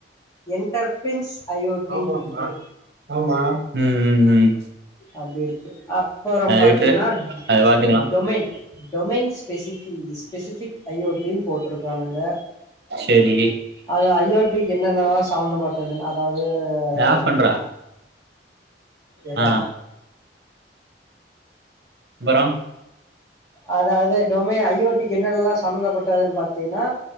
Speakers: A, on the left (about 20°); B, on the right (about 65°).
A: இன்டர் பின்ச் ஐஓடின்ருக்கு
B: ஆமாமா ஆமா ம் ம் ம்
A: அப்டி இருக்கு அப் அப்பறம்
B: அத
A: பாத்தீன்னா
B: விட்ரு அத பாத்துக்கலா
A: டொமைன் டொமைன் ஸ்பெசிபி ஸ்பெசிபிக் ஐஓடினு போட் இருக்கானுங்க
B: செரி
A: அது ஐஓ இது என்னென்னலா சம்மந்தப்பட்டதுன் அதாவ து
B: அத ஆஃப் பண்றா
A: எத
B: ஆ அப்பறம்
A: அதாவது டொமை ஐஓ என்னல்லா சம்பந்தப்பட்டதுனு பாத்தீன்னா